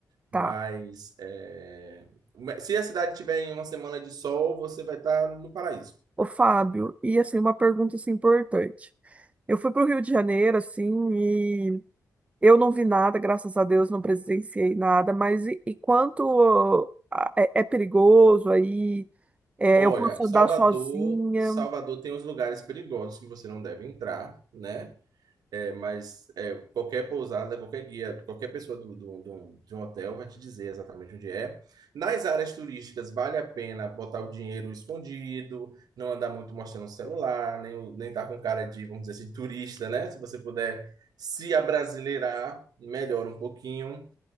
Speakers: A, on the right (about 20°); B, on the right (about 85°).
A: Tá.
B: Mas é, se a cidade tiver em uma semana de sol, você vai estar no paraíso.
A: Ô, Fábio, e assim uma pergunta assim, importante. Eu fui para o Rio de Janeiro assim Eu não vi nada, graças a Deus, não presenciei nada, mas e, e quanto a- é, é perigoso aí, é,
B: Olha,
A: eu posso
B: Salvador,
A: andar sozinha,
B: Salvador tem os lugares perigosos que você não deve entrar, né? É, mas é, qualquer pousada, qualquer guia, qualquer pessoa do, do, do- de um hotel vai te dizer exatamente onde é. Nas áreas turísticas, vale a pena botar o dinheiro escondido, não andar muito mostrando o celular, nem, o- nem estar com cara de, vamos dizer assim, turista, né? Se você puder se abrasileirar, melhora um pouquinho